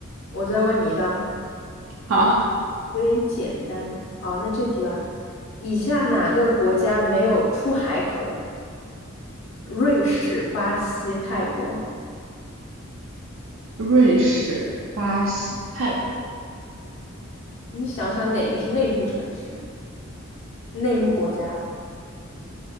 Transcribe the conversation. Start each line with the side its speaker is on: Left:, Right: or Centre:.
Left: 我再问你一道。
Right: 好，
Left: 有点简单。好，那这题吧。以下哪个国家没有出海口？瑞士、巴西、泰国。
Right: 瑞士、巴西、泰国。
Left: 你想想哪个是内陆城市、内陆国家？